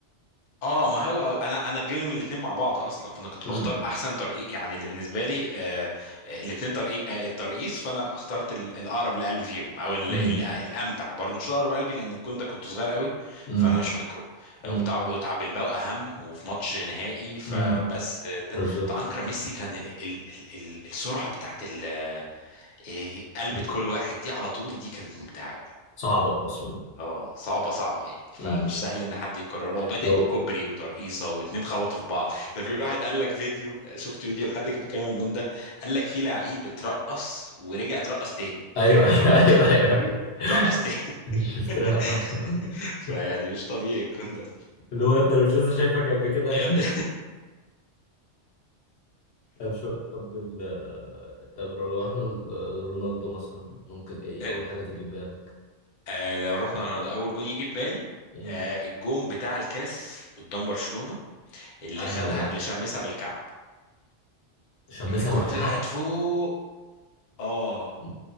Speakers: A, on the left (about 50°); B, on the left (about 65°).
A: اه ما هو انا انا جاي من الاثنين مع بعض اصلا فانا كنت
B: مم.
A: بختار احسن طريق يعني اللي بالنسبه لي آه الاثنين طريق آه الترقيص فانا اخترت ال- الاقرب لقلبي فيهم او ال-
B: مم.
A: ال- الامتع برضه مش اقرب لقلبي لان الجون ده كنت صغير قوي
B: مم.
A: فانا مش فاكره
B: مم.
A: آه، وبتاع وبتاع بلباو اهم وفي ماتش نهائي فبس
B: مم.
A: آه، ده
B: بالظبط
A: بتاع انكر ميسي كان ال ال ال ال- السرعه بتاعت ال- آه، قلبة
B: الك-
A: كل واحد دي على طول دي كانت ممتعه قوي
B: صعبة أصلا
A: اه صعبة صعبة يعني فمش
B: مم.
A: سهل ان حد يكررها وبادئ
B: لو
A: بكوبري وترقيصة واتنين خبطوا في بعض ده في واحد قال لك فيديو شفت فيديو لحد كان بيتكلم عن الجون ده قال لك في لعيب اترقص ورجع اترقص تاني
B: ايوه
A: يعني اترقص
B: ايوه ايوه
A: وجري
B: ايوه, أيوة.
A: اترقص تاني
B: <laughs> شفتها
A: <laughs>
B: اه
A: فيعني مش طبيعي الجون ده
B: اللي هو يبدأ لو جيسا شايفك قبل كده
A: يبدأ
B: <laughs> طب شو طب ال طب لو احنا رونالدو مثلا ممكن ايه
A: <laughs> آه،
B: اول حاجة تيجي في بالك؟
A: آه، لو رحنا رونالدو اول جون يجي في بالي
B: مم.
A: آه، الجون بتاع الكاس قدام برشلونة اللي
B: انهو
A: خدها
B: ده؟
A: اللي شمسها بالكعب
B: شمسها
A: اللي الكرة
B: بالكعب؟
A: طلعت فوق اه
B: مم.